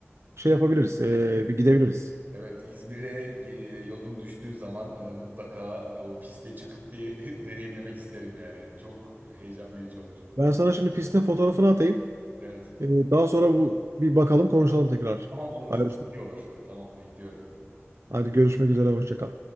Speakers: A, on the right; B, on the right.
A: şey yapabiliriz. ee, bir gidebiliriz.
B: Evet. İzmir'e e, yolum düştüğü zaman e, mutlaka o piste çıkıp bir <laughs> deneyimlemek isterim yani. Çok heyecan verici olur.
A: Ben sana şimdi pistin fotoğrafını atayım.
B: Evet.
A: Ee, daha sonra bu bir bakalım konuşalım tekrar.
B: Tamam olur.
A: Ayrıştık.
B: Çok iyi olur. Tamam bekliyorum.
A: Hadi görüşmek üzere. Hoşça kal.